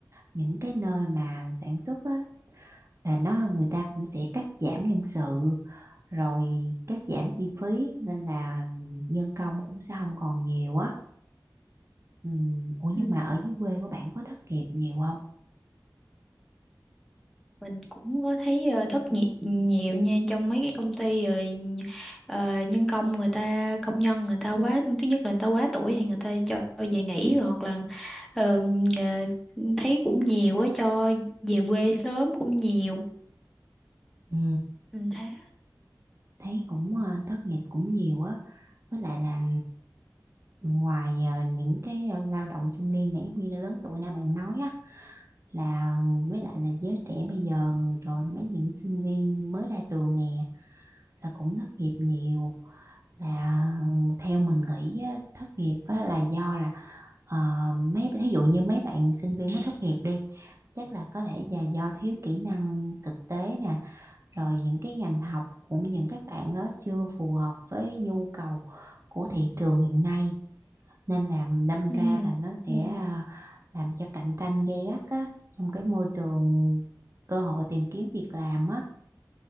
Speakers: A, on the right; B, in the centre.
A: những cái nơi mà sản xuất á là nó người ta cũng sẽ cắt giảm nhân sự rồi cắt giảm chi phí nên là nhân công cũng sẽ không còn nhiều á ừ. Ủa
B: Ừ.
A: nhưng mà ở dưới quê của bạn có thất nghiệp nhiều không
B: Mình cũng có thấy ờ, thất nghiệp nhiều nha trong mấy cái công ty rồi ờ, nhân công người ta công nhân người ta quá thứ nhất là người ta quá tuổi thì người ta cho về nghỉ rồi hoặc là ờ, ờ, thấy cũng nhiều á cho về quê sớm cũng nhiều
A: ừ.
B: mình thấy
A: thấy cũng ờ, thất nghiệp cũng nhiều á với lại là ừ, ngoài ờ, những cái ờ, lao động trung niên này giống như là lớn tuổi nãy bạn nói á là với lại là giới trẻ bây giờ rồi mấy những sinh viên mới ra trường nè là cũng thất nghiệp nhiều là ừ, theo mình nghĩ á, thất nghiệp á, là do là Ờ, mấy thí dụ như mấy bạn sinh viên mới tốt nghiệp đi chắc là có thể là do thiếu kỹ năng thực tế nè rồi những cái ngành học của những các bạn đó chưa phù hợp với nhu cầu của thị trường hiện nay nên là đâm
B: ừ.
A: ra là nó sẽ
B: Ừ.
A: à, làm cho cạnh tranh gay gắt á trong cái môi trường cơ hội tìm kiếm việc làm á